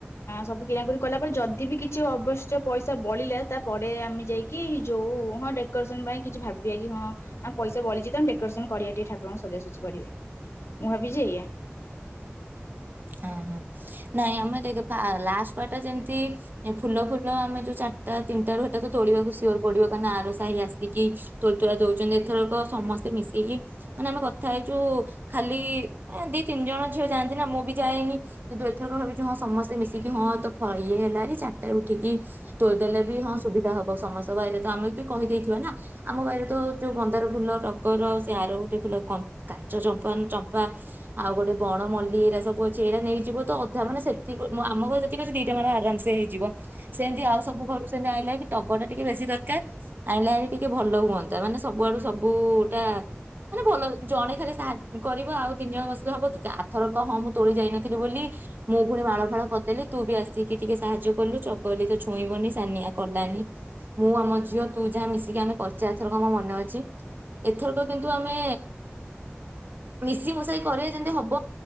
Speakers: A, on the left (about 80°); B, on the right (about 45°).
A: ସବୁ କିଣାକୁଣି କଲା ପରେ ଯଦି ବି କିଛି ଅବଶ୍ୟ ପଇସା ଛା ବଳିଲା ତା ପରେ ଆମେ ଯାଇକି ଯଉ ହଁ ଡେକୋରେସନ ପାଇଁ କିଛି ଭାବିବା କି ହଁ ପଇସା ବଳିଛି ତ ଡେକୋରେସନ କରିବା ଟିକେ ଠାକୁରଙ୍କୁ ସଜାସଜି କରିବେ। ମୁଁ ଭାବିଚି ଇଆ
B: ହଁ ହଁ ନାଇଁ ଆମେ ଦେଖେ ଫା ଲାଷ୍ଟ ପୁରା ଟା ଯେମିତି ଫୁଲ ଫୁଲ ଆମେ ଯୋଉ ଚା ତା ତିନିଟାରୁ ହେଟା ତ ତୋଳିବାକୁ ସିଓର ପଡିବ କାହିଁକି ନା ଆର ସାହି ଆସିକି ତୋଳି ତୋଳା ଦଉଛନ୍ତି ଏଥରକ ସମସ୍ତେ ମିଶିକି ମାନେ ଆମେ କଥା ହେଇଛୁ ଖାଲି ଦି ତିନି ଜଣ ଝିଅ ଯାଆ ଏନା ମୁଁ ବି ଯାଏନି <unintelligible> ଭାବିଛିୁ ହଁ ସମସ୍ତେ ମିଶିକି ହଁ ତ ଇଏ ହେଲାଣି ଚାରିଟାରେ ଉଠିକି ତୋଳି ଦେଲେ ବି ହଁ ସୁବିଧା ହବ ସମସ୍ତଙ୍କ ବାଇରେ ତ ଆମେ ବି କହିଦେଇଥିବା ନା ଆମ ବାଇରେ ତ ଯୋଉ ମନ୍ଦାର ଫୁଲ ରଗର ସେ ଆର ଗୋଟେ ଫୁଲ କାଞ୍ଚ ଚମ୍ପା ଚମ୍ପା ଆଉ ଗୋଟେ ବଣ ମଲି ଯା ସବୁ ଅଛି ଏଇଡା ନେଇକି ଯିବ ତ ଅଧା ମାନେ ସେ ମୁଁ ଆମ ଘର <unintelligible> <unintelligible> ସେମିତି ଆଉ ସବୁ ଘରୁ ସେନି ଆଇ ତଗ ଟା ଟିକେ ବେଶୀ ଦରକାର ଆଣିଲ ଆଇ ଟିକେ ଭଲ ହୁଅନ୍ତା ମାନେ ସବୁଆଡୁ ସବୁଟା ମାନେ ଭଲ ଜଣେ ଖାଲି ସାହାଯ୍ୟ କରିବ ଆଉ ତିନି ଜଣ ବସିକେ ହବ କି? ଥର ହଁ ମୁଁ ତୋଳି ଯାଇ ନଥିଲି ବୋଲି ମୁଁ ପୁଣି ମାଳ ଫଳ ପଦ ତୁ ବି ଆସିକି ଟିକେ ସାହାଯ୍ୟ କଲୁ ଚଗଲି ତ ଛୁଇଁବନି ସାନିଆ କଲାନି। ମୁଁ ଆମ ଝିଅ ତୁ ଯାହା ମିଶି ଆମେ କରିଛେଥରକ ଆମ ମନେ ଅଛି ଏଥରକ କିନ୍ତୁ ଆମେ ମିଶିମଶାଇ କରିବେ ଯେମତି ହବ